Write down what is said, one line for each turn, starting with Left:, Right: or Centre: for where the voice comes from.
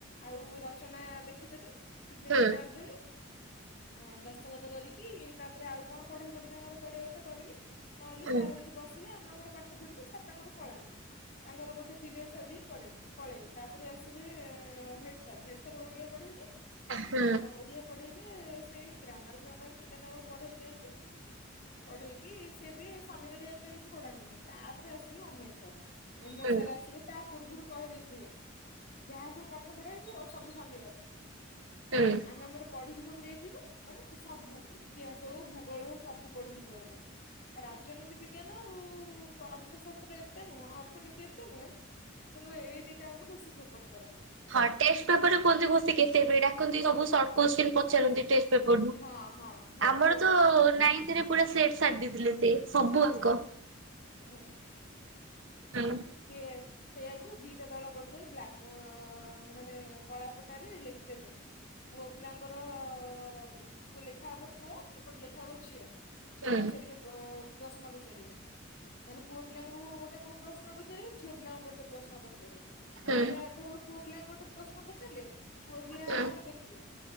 Left: ଆଉ ରଚନା ଦେଖି ଦେବେ ସିଗ୍ ନେଚର
Right: ହୁଁ
Left: ମାରିଦେବେ। ଆ ଦସ୍ତଖତ କରିକି ତାପରେ ଆଉ କଣ ପଢାପଢି ତାଙ୍କର କରିବା କଥା କରିକି ନହେଲେ
Right: ହୁଁ
Left: ସାର୍ ଏମିତି ବସିକି ଆମ ଆମର ପାଠ ପଢିକି ସାର୍ ତାଙ୍କର ପଳାନ୍ତି। ତାଙ୍କର ଗୋଟେ ପିଢିୟରସ୍‌ଅଦିକ୍ କରେଇବେ ପଳେଇବେ। ତାପରେ ଆସିବେ head sir head sir Odia ପଢାନ୍ତି
Right: ହୁଁ ହୁଁ
Left: ଓଡିଆ ପଢେଇ ଏ ସେଇ ଗ୍ରାମାର ଫ୍ରାମାର ଟିକେ ନାକୁ ପଢେଇ ଦିଅନ୍ତି। ପଢେଇକି ସିଏ ବି ଶନିବାର ଏ ତ କିଛି ପଢାନ୍ତିନି ତାପରେ ଆସିବି ଉମେଶ ସାର୍। ଉମେଶ
Right: ହୁଁ
Left: ସାର୍ ଆସିବେ ତା ପୂର୍ବରୁ କହି ନେଇ ଥିବେ ଯାହା ସବୁ ପାଠ ପଢା ହେଇ ଥିବ ଆଉ ସବୁ ଶନିିବାରେ
Right: ହୁଁ।
Left: ଆମେ ଆମର ପଢିକି ସବୁ ଯାଇଥିବୁ ମାନେ ତୁ ସବୁ ଇତିହାସ ହଉ ଭୂଗୋଳ ହଉ ସବୁ ପଢିକି ଯିବାକୁ ପଡିବ ରାଜନୀତି ବି ବିଜ୍ଞାନ ଆଉ ଅର୍ଥଶାସ୍ତ୍ର ଏତେ ନୁହଁ ଅର୍ଥନୀତି ଏତେ ନୁହେଁ କିନ୍ତୁ ଏଇ ଦି ଟାଙ୍କୁ ବେଶୀ ଫୋକସ କରନ୍ତି।
Right: ହଁ ଟେଷ୍ଟ ପେପରେ କୁହନ୍ତି ଘୋସିକି ଆସିବା ପାଇଁ ଡାକନ୍ତି ସବୁ ସଟ୍ କୋଶ୍ଚିନ୍ ପଚାରନ୍ତି ଟେ ସେ ପଡକୁ
Left: ହଁ ହଁ ହଁ
Right: ଆମର
Left: ଟେଷ୍ଟ
Right: ତ
Left: ପେପରକୁ
Right: ନାଇଣ୍ଟିରେ ପୁରା ସେଟ୍ ସାଟ୍ ଦେଇଥିଲେ ସେ ସବୁଆଙ୍କ।
Left: ହୁଁ।
Right: ହାଲୋ।
Left: ସିଏ। ସେଆକୁ ଦିଟା ଦଳ କରିଦେବେ ବ୍ଲାକ୍ ମାନେ କଳାପଟାରେ ଲେଖିଦେବେ। ପୁଅ ପିଲାଙ୍କର ପୁଅ ଲେଖାହବ ପୁଅ ଏପଟେ ଲେଖାହବ ଝିଅ।
Right: ହୁଁ
Left: ପଚାରିବେ ପ ପ୍ରଶ୍ନ ପଚାରିବେ ମାନେ ପୁଅ ପିଲାଙ୍କୁ ଗୋଟେ କୋଉ ପ୍ରଶ ପ୍ରଶ୍ନ ପଚାରିବେ ଝିଅ ପିଲାଙ୍କୁ ଗୋଟେ ପ୍ରଶ୍ନ ପଚାରିବେ ପୁଅ
Right: ହୁଁ
Left: ପିଲା ଏଥର ପୁଅ ପିଲାଙ୍କୁ ଗୋଟେ ପ୍ରଶ୍ନ ପଚାରିଲେ ପୁଅ ପିଲା
Right: ହୁଁ
Left: ହାତ ଟେକିବେ